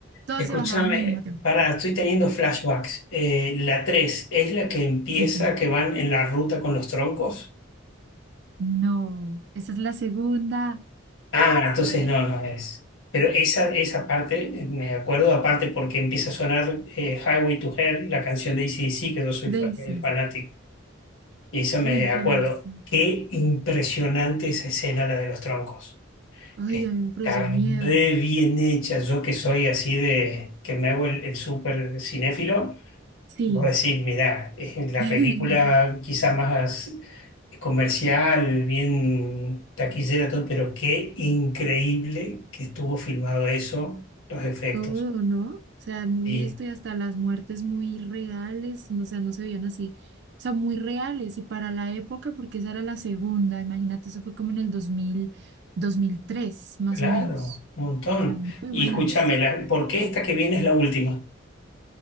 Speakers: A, on the right; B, on the left.
A: todos
B: Escúchame,
A: se bajaban al mismo tiempo.
B: pará, estoy teniendo flashbacks. Eh, la 3 es la que empieza,
A: Sí, sí.
B: que van en la ruta con los troncos.
A: No, esa es la segunda.
B: Ah,
A: Sí.
B: entonces no, no es. Pero esa, esa parte, eh, me acuerdo, aparte porque empieza a sonar eh, Highway to Hell, la canción de AC/DC, que yo soy
A: Daisies.
B: fa- eh, fanático. Y eso me
A: Uy,
B: acuerdo.
A: pero sí.
B: Qué impresionante esa escena, la de los troncos.
A: Ay,
B: Está
A: a mí me produce miedo.
B: re bien hecha. Yo que soy así de, que me hago el, el súper cinéfilo.
A: Sí.
B: Vos decís, mirá, es la
A: <laughs>
B: película quizás más comercial, bien taquillera, todo, pero qué increíble que estuvo filmado eso, los efectos.
A: Todo, ¿no? O sea, muy
B: Y
A: esto y hasta las muertes muy reales, no, o sea, no se veían así. O sea, muy reales y para la época, porque esa era la segunda, imagínate, eso fue como en el dos dos mil dos mil tres más
B: claro,
A: o menos.
B: un montón.
A: O sea, muy
B: Y
A: buenas.
B: escúchame, la- ¿por qué esta que viene es la última?